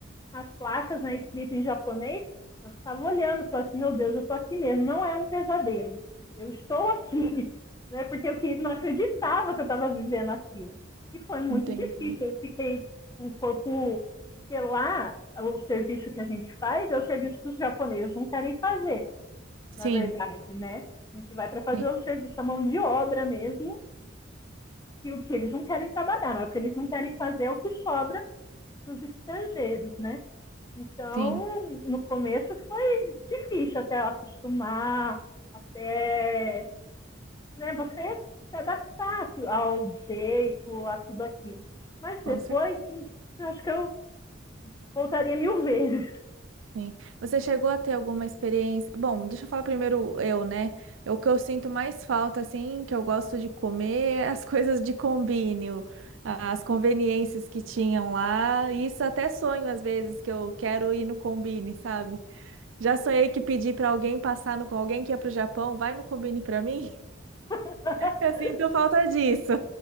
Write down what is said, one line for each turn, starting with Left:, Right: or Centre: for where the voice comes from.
Left: as placas né, escritas em japonês, eu ficava olhando, falava assim, meu Deus, eu estou aqui mesmo, não é um pesadelo, eu estou aqui, <laughs> né, porque eu não acreditava que eu estava vivendo aquilo. E foi muito
Right: entendi.
Left: difícil, eu fiquei com o corpo, porque lá o serviço que a gente faz é o serviço que os japoneses não querem fazer,
Right: Sim,
Left: na verdade, né? A gente vai para fazer
Right: sim,
Left: o serviço à mão de obra mesmo, e o que eles não querem trabalhar, não, o que eles não querem fazer é o que sobra para os estrangeiros, né? Então,
Right: sim,
Left: no começo foi difícil até acostumar, até né, você se adaptar ao jeito, a tudo aquilo. Mas depois,
Right: com
Left: acho que eu voltaria mil vezes.
Right: Sim. Você chegou a ter alguma experiência? Bom, deixa eu falar primeiro eu, né? O que eu sinto mais falta, assim, que eu gosto de comer, é as <laughs> coisas de combine, o- as conveniências que tinham lá. Isso até sonho às vezes que eu quero ir no combine, sabe? Já sonhei que pedi para alguém passar no com alguém que ia para o Japão, vai no combine para mim.
Left: <laughs>
Right: Eu sinto falta disso.